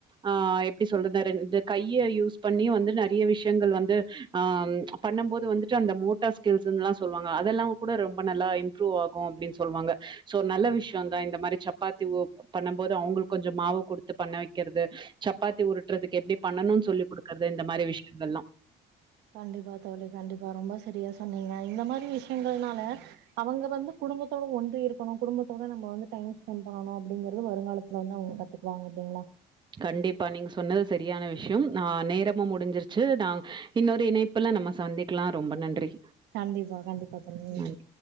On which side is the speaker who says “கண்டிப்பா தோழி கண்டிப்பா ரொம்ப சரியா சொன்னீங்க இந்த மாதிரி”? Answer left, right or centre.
Right